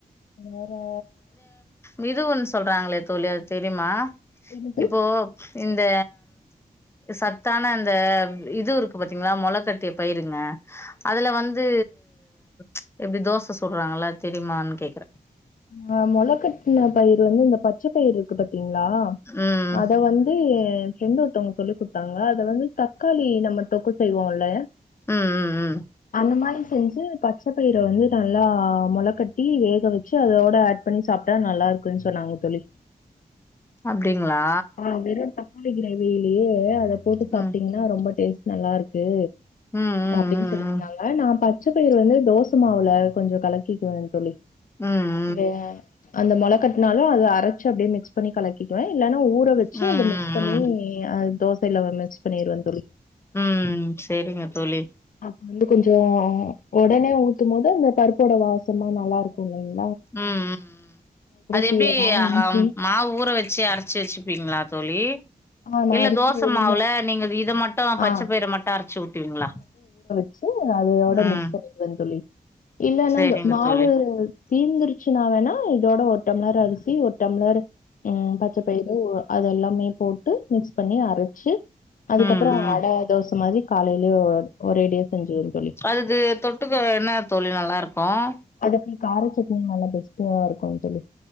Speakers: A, on the left; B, on the left.
A: வேற
B: விது ஒன் சொல்றாங்களே தோழி அது தெரிம்மா
A: என்னது
B: இப்போ இந்த சத்தான அந்த இதுருக்கு பாத்தீங்களா மொள கட்டிய பயிருங்க அதுல வந்து ச் எப்டி தோச சுட்றாங்களா தெரிமான் கேக்குறே
A: ஆ மொளக்கட்டுன பயிர் வந்து இந்த பச்ச பயிர் இருக்கு பாத்தீங்களா
B: ம்
A: அத வந் து எ ஃப்ரெண்ட்டு ஒருத்தவங்க சொல்லி கொடுத்தாங்க அதுல வந்து தக்காளி நம்ம தொக்கு செய்வோல்ல
B: ம் ம் ம்
A: இது மாரி செஞ்சு பச்ச பயிர வந்து நல்லா மொளகட்டி வேக வச் சு அதோட ஆட் பண்ணி சாப்ட்டா நல்லா இருக்குன் சொன்னாங்க தொழி
B: அப்டிங்களா
A: ஆ வெறும் தக்காளி கிரேவிலயே அத போட்டு சாப்ட்டீங்கன்னா
B: ம்
A: ரொம்ப டேஸ்ட் நல்லா இருக்கு
B: ம்
A: அப்டின்னு
B: ம் ம்
A: சொல்லிருந்தாங்க
B: ம்
A: நான் பச்சை பயிர் வந்து தோசை மாவுல கொஞ்சம் கலக்கிக்குவே தோழி
B: ம்
A: ஆ அந்த மொளை கட்டினாலும் அத அரைச்சு அப்டியே மிக்ஸ் பண்ணி கலக்கிடுவேன் இல்லன்னா உப்பு ஊற வச்சு
B: ம்
A: அதை மிக்ஸ் பண்ணி
B: ம்
A: தோசைல மிக்ஸ் பண்ணிடுவே தோழி
B: ம் செரிங்க தோழி
A: அப்ப வந்து கொஞ்சம் உடனே ஊத்தும் போது அந்த பருப்போட வாசமா நல்லா இருக்கும் இல்லைங்க
B: ம் ம் அது
A: சீரகோ
B: எப்டி
A: இஞ்சி
B: அங் மாவு ஊரை வச்சு அரைச்சு வச்சுப்பீங்களா தோழி
A: ஆ நா
B: இல்ல
A: அரிசி
B: தோசை
A: உளுந்து
B: மாவுல நீங்க இத மட்டும் பச்சைப்பயிரை
A: ஆ
B: மட்டும் அரைச்சு ஊத்துவீங்களா
A: வந்து அதோட
B: ம்
A: மிக்ஸ் பண்ணிருனு தோழி இல்லனா
B: செரிங்க
A: மாவு
B: தோழி
A: தீந்துருச்சுனா வேணா இதோட ஒரு டம்ளர் அரிசி ஒரு டம்ளர் ம் பச்சைப்பயிறு அதேல்லாமே போட்டு மிக்ஸ் பண்ணி அரைச்சு அதுக்கப்புறம்
B: ம் ம்
A: ஆட தோசை மாரி காலையிலயே ஒரேடியா செஞ்சுருனு தோழி
B: அதுக்கு தொட்டுக்க என்ன தோழி நல்லாருக்கும்
A: அதுக்கு கார சட்னி நல்லா பெஸ்ட்டா இருக்கும்னு தோழி